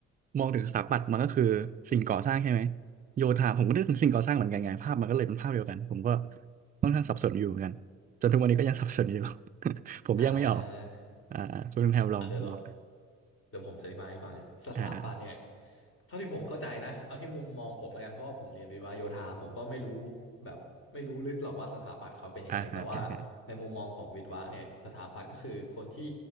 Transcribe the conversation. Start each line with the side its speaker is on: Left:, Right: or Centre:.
Right: มองถึงสถาปัตย์มันก็คือสิ่งก่อสร้างใช่ไหมโยธาผมก็นึกถึงสิ่งก่อสร้างเหมือนกันไงภาพมันก็เลยเป็นภาพเดียวกันผมก็ค่อนข้างสับสนอยู่เหมือนกันจนทุกวันนี้ก็ยังสับสนอยู่ <laughs> ผมแยกไม่ออก
Left: อ่า
Right: อ่าคุณแพรลองลอง
Left: อ่าเดี๋ยวเราเดี๋ยวผมจะอธิบายให้ฟังสถาปัตย์เนี่ย
Right: อ่า
Left: เท่าที่ผมเข้าใจนะเอาที่มุมมองผมแล้วกันเพราะว่าผมเรียนวิศวะโยธาผมก็ไม่รู้แบบไม่รู้ลึกหรอกว่าสถาปัตย์เขาเป็นยังไงแต่ว่าในมุมมองของวิศวะเนี่ยสถาปัตย์ก็คือคนที่
Right: อ่าอ่าอ่าอ่า